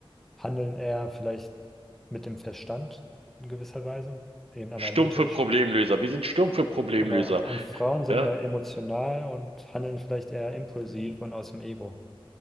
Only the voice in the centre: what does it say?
handeln eher vielleicht mit dem Verstand in gewisser Weise, eben analytisch.
Genau. Und Frauen sind
eher emotional und handeln vielleicht eher impulsiv und aus dem Ego.